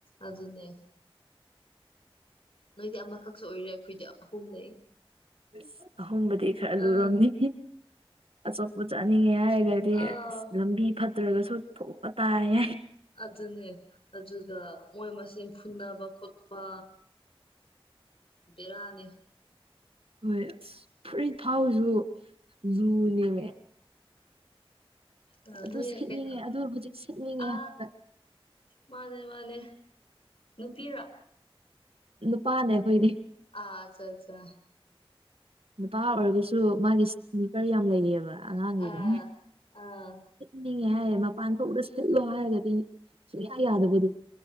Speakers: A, on the left; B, on the right.
A: ꯑꯗꯨ ꯑꯗꯨꯅꯦ ꯅꯣꯏꯗꯤ ꯑꯃꯈꯛꯁꯨ ꯑꯣꯏꯔꯦ ꯑꯩꯈꯣꯏꯗꯤ ꯑꯍꯨꯝ ꯂꯩ
B: ꯑꯁ ꯑꯍꯣꯡꯕꯗꯤ ꯈꯔ
A: ꯑ
B: ꯂꯨꯝꯅꯤ ꯑꯆꯣꯄ ꯆꯠꯅꯤꯡꯉꯦ ꯍꯥꯏꯔꯒꯗꯤ
A: ꯑꯥ
B: ꯑ ꯂꯝꯕꯤ ꯐꯠꯇ꯭ꯔꯒꯁꯨ ꯊꯣꯛꯄ ꯇꯥꯏ ꯍꯥꯏꯏ
A: ꯑꯗꯨꯅꯦ ꯑꯗꯨꯒ ꯃꯣꯏ ꯃꯦꯟ ꯐꯨꯅꯕ ꯈꯣꯠꯄ ꯕꯤꯔꯥꯅꯦ
B: ꯍꯣꯏ ꯑꯁ ꯐꯨꯔꯤꯠ ꯊꯥꯎꯁꯨ ꯂꯨꯅꯦꯕ
A: ꯑ
B: ꯑꯗꯨ ꯁꯦꯠꯅꯤꯡꯉꯦ
A: ꯀꯩꯅ
B: ꯑꯗꯨ ꯍꯧꯖꯤꯛ ꯁꯦꯠꯅꯤꯡꯉꯦ
A: ꯑ
B: ꯍꯥꯏꯔꯒ
A: ꯃꯥꯅꯦ ꯃꯥꯅꯦ ꯅꯨꯄꯤꯔꯥ
B: ꯅꯨꯄꯥꯅꯦ ꯑꯩꯈꯣꯏꯅꯦ
A: ꯑ ꯑꯠꯆꯥ ꯑꯠꯆꯥ
B: ꯅꯨꯄꯥ ꯑꯣꯏꯔꯒꯁꯨ ꯃꯥꯒꯤ ꯏꯁꯝꯀꯔ ꯌꯥꯝ ꯂꯩꯌꯦꯕ ꯑꯉꯥꯡꯒꯤꯗ
A: ꯑꯥ ꯑꯥ
B: ꯅꯤꯡꯉꯦ ꯍꯥꯏꯌꯦ ꯃꯄꯥꯟ ꯊꯣꯛꯗ ꯁꯤꯠꯂꯣ ꯍꯥꯏꯔꯒꯗꯤ ꯁꯨꯡꯌꯥ ꯌꯥꯗꯕꯗꯨ